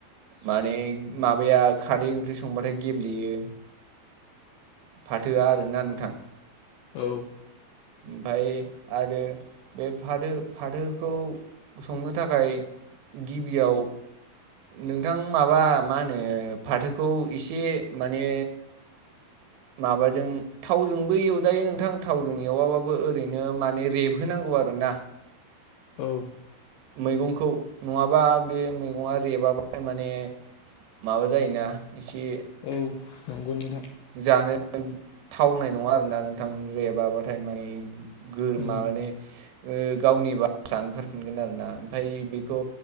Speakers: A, on the right (about 85°); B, on the left (about 75°).
A: माने माबाया खारै ओंख्रि संबाथाय गेब्लेयो फाथोआ आरोना नोंथां
B: औ
A: फाय आरो बे फाथो फाथोखौ संनो थाखाय गिबियाव नोंथां माबा मा होनो फाथोखौ एसे माने माबाजों थावजोंबो एवजायो नोंथां थावजों एवाबाबो ओरैनो माने रेबहोनांगौ आरोना
B: औ
A: मैगंखौ नङाबा बे मैगंङा रेबाबा माने माबा जायोना एसे
B: औ नंगौ नोंथां
A: जानो थावनाय नङा आरोना नोंथां रेबाबाथाय माने गोमा
B: उम
A: ने गावनि बासाआ ओंखारफिनगोन आरो ना ओमफ्राय बेखौ